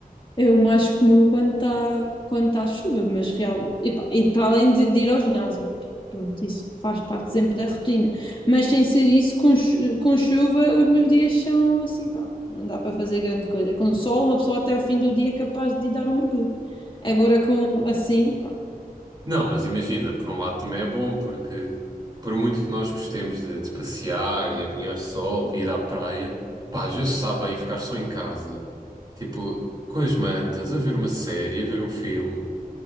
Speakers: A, on the left (about 35°); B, on the right (about 25°).
A: é o mais comum quando está quando tá chuva, mas real, e para além de, de ir ao ginásio, pronto, isso faz parte sempre da rotina. Mas sem ser isso, com, chu- com chuva, os meus dias são assim, pá, não dá para fazer grande coisa. Com sol, uma pessoa até o fim do dia é capaz de ir dar um mergulho. Agora com assim, pá.
B: Não, mas imagina, por um lado também é bom, porque por muito que nós gostemos de, de passear e apanhar sol e ir à praia, pá, às vezes sabe bem ficar só em casa, tipo, com as mantas, a ver uma série, a ver um filme.